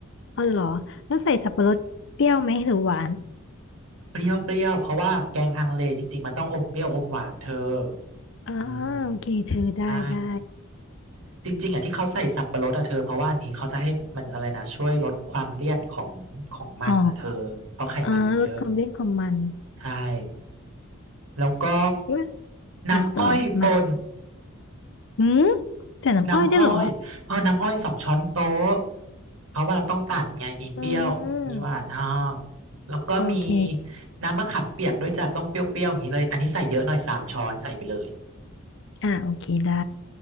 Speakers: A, on the left; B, on the right.
A: อ๋อเหรอแล้วใส่สับปะรดเปรี้ยวไหมหรือหวาน
B: เปรี้ยวเปรี้ยวเพราะว่าแกงฮังเลจริงๆมันต้องอมเปรี้ยวอมหวานเธอ
A: อ่า
B: อืม
A: โอเคเธอได้ได้
B: ได้จริงๆอะที่เขาใส่สับปะรดอะเธอเพราะว่าอันนี้เขาจะให้มันอะไรนะช่วยลดความเลี่ยนของของมันอะเธอเพราะไขมันมันเยอะ
A: อ๋ออ่าลดความเลี่ยนความมัน
B: ใช่แล้วก็
A: เอะ
B: น้ำอ้อยป่น
A: อ่ะต่อ มา อืมใส่น้ำอ้อยได้เหรอ
B: น้ำอ้อยอ๋อน้ำอ้อยสองช้อนโต๊ะเพราะว่าเราต้องตัดไงมีเปรี้ยวมีหวานอ่า
A: อืม
B: แล้วก็มี
A: โอเค
B: น้ำมะขามเปียกด้วยจ้ะต้องเปรี้ยวๆอย่างนี้เลยอันนี้ใส่เยอะหน่อยสามช้อนใส่ไปเลย
A: อ่าโอเคได้